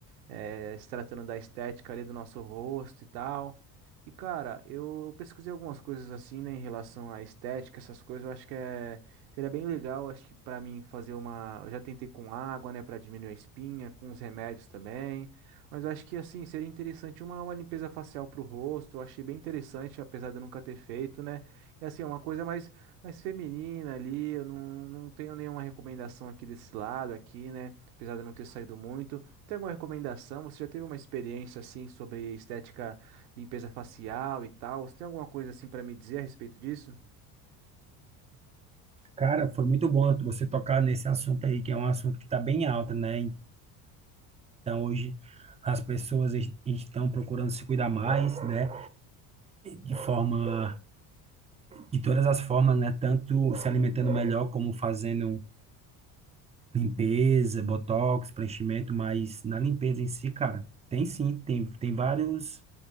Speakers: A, on the right; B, on the right.
A: eh, se tratando da estética ali do nosso rosto e tal. E, cara, eu pesquisei algumas coisas assim, né, em relação à estética, essas coisas, eu acho que é, seria bem legal, acho que para mim fazer uma, eu já tentei com água, né, para diminuir a espinha, com os remédios também, mas eu acho que, assim, seria interessante uma, uma limpeza facial pro rosto, eu achei bem interessante, apesar de eu nunca ter feito, né, e assim, é uma coisa mais, mais feminina ali, eu não, não tenho nenhuma recomendação aqui desse lado aqui, né, apesar de eu não ter saído muito, tem alguma recomendação? Você já teve uma experiência assim sobre estética, limpeza facial e tal? Você tem alguma coisa assim para me dizer a respeito disso?
B: Cara, foi muito bom você tocar nesse assunto aí, que é um assunto que está bem alta, né? Então, hoje as pessoas es- estão procurando se cuidar mais, né? De forma, de todas as formas, né? Tanto se alimentando melhor, como fazendo limpeza, botox, preenchimento, mas na limpeza em si, cara, tem sim, tem, tem vários,